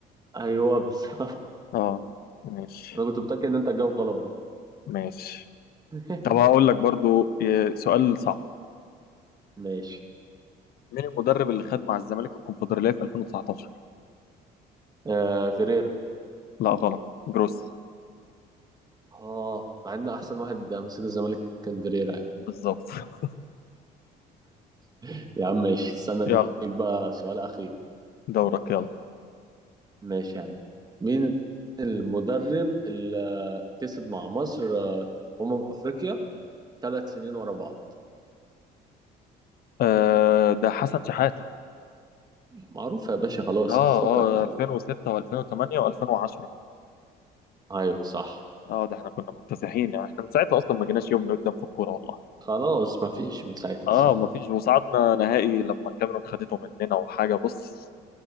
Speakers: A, on the right; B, on the left.
A: ايوه بالظبط <laughs>
B: اه ماشي
A: انا كنت متاكد ان انت هتجاوب غلط برضه
B: ماشي
A: <laughs>
B: طب هقول لك برضو ي- سؤال صعب
A: ماشي
B: مين المدرب اللي خد مع الزمالك الكونفدرالية في 2019
A: آه فيريرا
B: لا غلط جروس
A: اه مع ان احسن واحد مسك الزمالك كان فيريرا يعني
B: بالظبط <laughs>
A: <laughs> يا عم ماشي استنى اديك
B: يلا
A: بقى سؤال اخير
B: دورك يلا
A: ماشي يا عم مين المدرب اللي كسب مع مصر آه، امم افريقيا ثلاث سنين ورا بعض
B: آه ده حسن شحاتة
A: معروف يا باشا خلاص
B: اه
A: بس فكر
B: اه
A: فيه
B: 2006 و2008 و2010
A: ايوه صح
B: اه ده احنا كنا مكتسحين يعني احنا من ساعتها اصلا ما جيناش يوم لقدام في الكوره والله
A: خلاص مفيش من ساعتها
B: اه ما فيش وصعدنا نهائي لما الكاميرون خدته مننا وحاجه بص